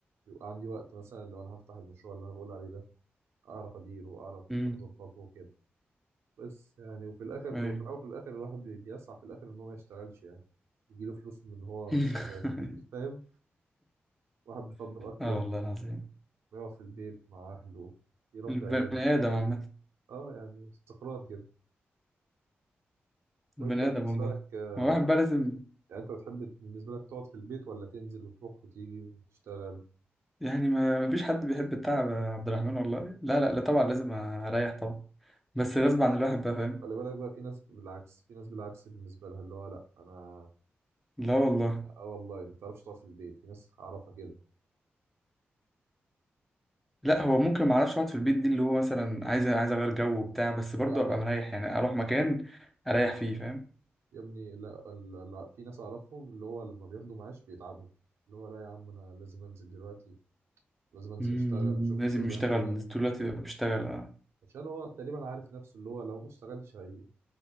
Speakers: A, on the right (about 80°); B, in the centre.
A: يبقى عندي وقت مثلا لو انا هفتح المشروع اللي انا بقول عليه ده اعرف اديره واعرف
B: مم.
A: اظبطه وكده بس يعني وفي الاخر
B: ايوه
A: وفي الاول وفي الاخر الواحد بي- بيسعى في الاخر ان هو ما يشتغلش يعني يجيله فلوس من ان هو
B: <laughs>
A: مش شغال <laughs> فاهم واحد بيفضل اكتر
B: اه
A: انه
B: والله العظيم
A: يقعد في البيت مع اهله يربي
B: البني
A: عياله
B: آدم عامة
A: اه يعني استقرار كده
B: البني
A: وانت بالنسبه
B: آدم والله
A: لك آه،
B: هو واحد بقى لازم
A: يعني انت بتحب بالنسبه لك تقعد في البيت ولا تنزل وتروح وتيجي وتشتغل
B: يعني ما ما فيش حد بيحب التعب يا عبد الرحمن والله لا لا لا طبعا لازم اريح طبعا بس
A: لا
B: غصب عن
A: في
B: الواحد بقى فاهم
A: خلي بالك بقى في ناس بالعكس في ناس بالعكس بالنسبه لها اللي هو لا انا
B: لا والله
A: اه والله ما تعرفش تقعد في البيت في ناس اعرفها كده
B: لا هو ممكن ما اعرفش اقعد في البيت دي اللي هو مثلا عايز عايز اغير جو وبتاع بس برضه
A: لا
B: ابقى
A: لا
B: مريح يعني اروح مكان اريح فيه فاهم
A: يا ابني لا, لا, لا في ناس اعرفهم اللي هو لما بياخدوا معاش بيتعبوا اللي هو لا يا عم انا لازم انزل دلوقتي لازم انزل
B: مم،
A: اشتغل شوف
B: لازم
A: لي شغلانه
B: اشتغل
A: تانية
B: طول الوقت يبقى بشتغل اه
A: عشان هو تقريبا عارف نفسه اللي هو لو ما اشتغلش هي